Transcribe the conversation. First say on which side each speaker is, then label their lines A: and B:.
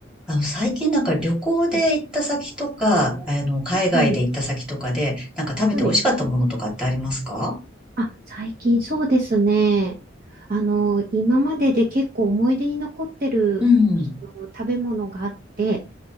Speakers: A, in the centre; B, on the right.
A: あの、最近なんか旅行で行った先とか、
B: う
A: あの、海外で行った先とかで、
B: ん。
A: なんか食べて美味しかったものとかってありますか
B: はい。あ、最近そうですね。あの、今までで結構思い出に残ってる、
A: うん、
B: その食べ物があって、